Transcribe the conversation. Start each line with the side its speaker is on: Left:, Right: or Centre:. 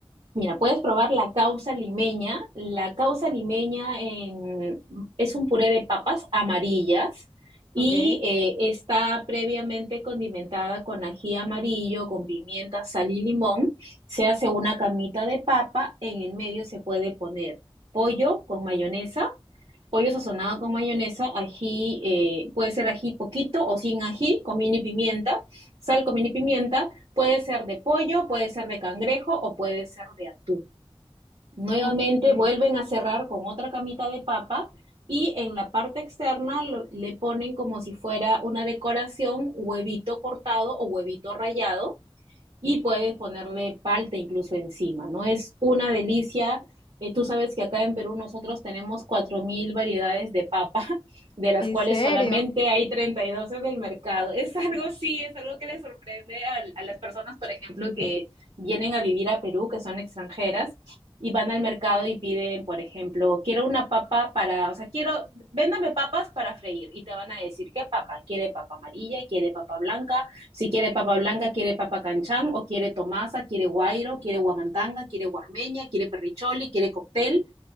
Right: Mira, puedes probar la causa limeña. La causa limeña en- es un puré de papas amarillas y
Left: Ok,
Right: eh, está previamente condimentada con ají amarillo, con pimienta, sal y limón. Se hace una camita de papa, en el medio se puede poner pollo con mayonesa pollo sazonado con mayonesa, ají, eh, puede ser ají poquito o sin ají, comino y pimienta, sal, comino y pimienta, puede ser de pollo, puede ser de cangrejo o puede ser de atún. Nuevamente
Left: ok.
Right: vuelven a cerrar con otra camita de papa y en la parte externa lo- le ponen como si fuera una decoración huevito cortado o huevito rallado y puedes ponerle palta incluso encima, ¿no? Es una delicia. Eh, tú sabes que acá en Perú nosotros tenemos 4.000 variedades de papa, <laughs> de las
Left: ¿En
Right: cuales
Left: serio?
Right: solamente hay 32 en el mercado. Es algo, sí, es algo que le sorprende a, a las personas, por ejemplo, que vienen a vivir a Perú, que son extranjeras, y van al mercado y piden, por ejemplo, quiero una papa para, o sea, quiero, véndame papas para freír y te van a decir qué papa, quiere papa amarilla, quiere papa blanca, si quiere papa blanca, quiere papa canchán, o quiere tomasa, quiere guairo, quiere guamantanga, quiere guarmeña, quiere perricholi, quiere cóctel.